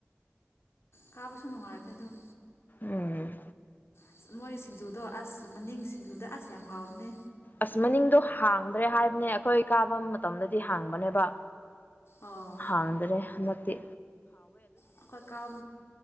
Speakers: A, on the left; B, on the left.
A: ꯀꯥꯕꯁꯨ ꯅꯨꯡꯉꯥꯏꯕꯅꯤ ꯑꯗꯨꯝ
B: ꯎꯝ
A: ꯑꯁ ꯃꯣꯏꯒꯤ ꯁꯤꯡꯖꯨꯗꯣ ꯑꯁ ꯃꯅꯤꯡ ꯁꯤꯡꯖꯨꯗꯣ ꯑꯁ ꯌꯥꯝ ꯍꯥꯎꯕꯅꯦ
B: ꯑꯁ ꯃꯅꯤꯡꯗꯣ ꯍꯥꯡꯗ꯭ꯔꯦ ꯍꯥꯏꯕꯅꯦ ꯑꯩꯈꯣꯏ ꯀꯥꯕ ꯃꯇꯝꯗꯗꯤ ꯍꯥꯡꯕꯅꯦꯕ
A: ꯑꯣ
B: ꯍꯥꯡꯗ꯭ꯔꯦ ꯅ ꯇꯤ
A: ꯑꯩꯈꯣꯏ ꯀꯥꯝ